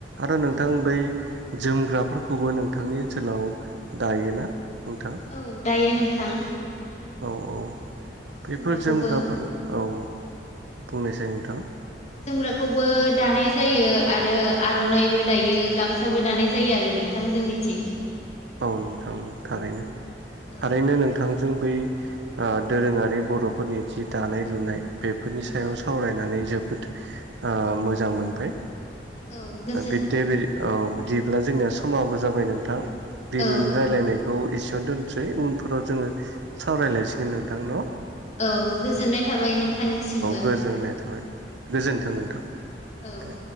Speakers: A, on the right; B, on the left.
A: आरो नोंथां
B: औ
A: बै जोमग्राफोरखौबो नोंथांनि ओनसोलाव दायोना नोंथां?
B: औ दायो नोंथां
A: औ औ
B: जोमग्राखौबो
A: बेफोर जोमग्राफोर औ बुंनो सानो ज नोंथां
B: जोमग्राखौबो दानाय जायो आरो आर'नाइबो दायो गामसाबो दानाय जायो आरो नों नथां जोंनिथिं
A: बावनो थां थारैनो
B: औ
A: थारैनो नोंथांजों बै दोरोङारि बर'फोरनि जि दानाय लुनाय बेफोरनि सायाव
B: औ
A: सावरायनानै जोबोद मोजां मोनबाय
B: औ गोजोन
A: बिदडे बि औ बिदिब्ला जोंनिया समाबो जाबाय नोंथां दिनैनि
B: औ
A: राय्लायनायखौ एसेयावनो दोनसै उनफोराव जोङो सावरायलायसिगोन नोंथांनाव
B: औ गोजोननाय थाबाय नोंथांनिसिमबो
A: गोजोननाय थाबाय गोजोन्थों
B: औ
A: नोंथां
B: औ
A: दे